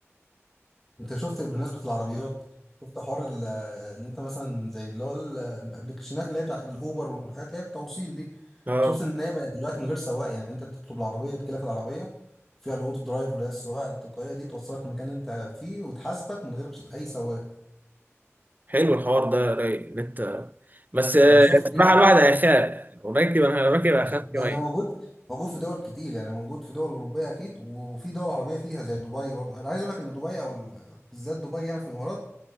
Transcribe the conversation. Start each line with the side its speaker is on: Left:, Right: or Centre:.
Centre: انت شفت بمناسبة العربيات شفت حوار ال- آه، اللي انت مثلا زي اللي هو ال- آه، الابلكيشنات اللي هي بتاعت الاوبر والحاجات اللي هي بالتوصيل دي
Right: اه
Centre: شفت ان هي بقت دلوقتي من غير سواق يعني انت تطلب العربيه تجيلك العربيه وفيها الاوتو درايف اللي هي السواقه التلقائيه دي توصلك للمكان اللي انت فيه وتحاسبك من غير اي سواق
Right: حلو الحوار ده رايق إن انت بس آه،
Centre: انا شفت
Right: الصراحه
Centre: ليه
Right: الواحد هيخاف لو راكب انا راكب هخاف
Centre: ده,
Right: شويه
Centre: ده موجود موجود في دول كتير يعني موجود في دول اوروبيه اكيد وفي دول عربيه فيها زي دبي برضه انا عايز اقول لك ان دبي او ال- بالذات دبي يعني في الامارات